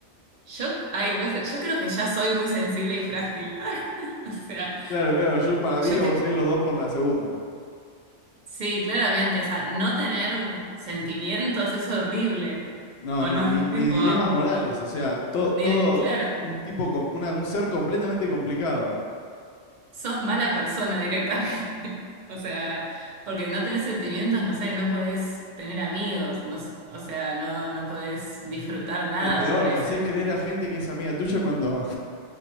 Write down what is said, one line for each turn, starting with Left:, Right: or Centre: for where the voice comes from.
Right: yo, ay, no sé, yo creo que ya soy muy sensible y frágil. <laughs> O sea,
Left: Claro, claro, yo para viva
Right: yo que,
Left: vos a ir los dos por la segunda.
Right: sí, claramente, o sea, no tener sentimientos es horrible.
Left: No,
Right: ¿O
Left: no,
Right: no?
Left: ni, ni
Right: <laughs> Tipo,
Left: dilemas morales, o sea, to-
Right: ni,
Left: todo
Right: claro.
Left: un tipo, com- una- un ser completamente complicado.
Right: sos mala persona directamente. <laughs> O sea, porque no tenés sentimientos, no sé, no podés tener amigos, no, s- o sea, no, no podés disfrutar nada,
Left: O peor,
Right: me parece.
Left: le haces creer a gente que es amiga tuya cuando,